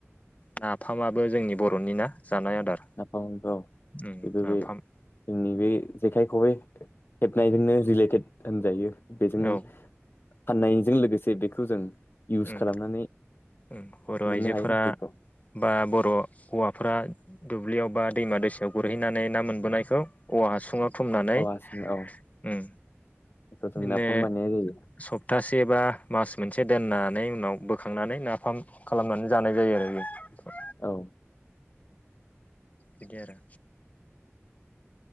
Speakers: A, on the left; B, on the left.
A: नाफामाबो जोंनि बर'नि ना जानाय आदार
B: नाफामबो औ
A: उम
B: बेबो
A: नाफाम।
B: बे जोंनि बे जेखाय खबाय हेबनायजोंनो रिलेटेड होनजायो। बेजों
A: औ
B: फाननायजों लोगोसे बे थु जों इउस
A: उम
B: खालामनानै
A: उम बर'
B: मोननो
A: आइजोफोरा
B: हायोना बेखौ
A: बा बर' हौवाफोरा दुब्लियाव बा दैमा दैसायाव गुरहैनानै ना मोनबोनायखौ औवा हासुङाव थुमनानै
B: औ आसि औ
A: उम
B: बेखौ जों
A: बिदिनो
B: नाफाम बानायनाय जायो
A: सप्तासे बा मास मोनसे दोनना नाय उनाव बोखांनानै नाफाम खालामनानै जानाय जायो आरो बे <unintelligible>
B: औ
A: बिदि आरो